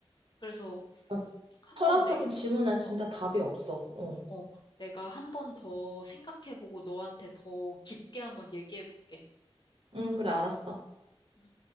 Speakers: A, on the left; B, on the right.
A: 그래서
B: 아,
A: 한번
B: 철학적인
A: 내,
B: 질문엔 진짜
A: 어,
B: 답이 없어. 어.
A: 어, 내가 한 번 더 생각해보고 너한테 더 깊게 한번 얘기해볼게.
B: 응, 그래, 알았어.
A: 음.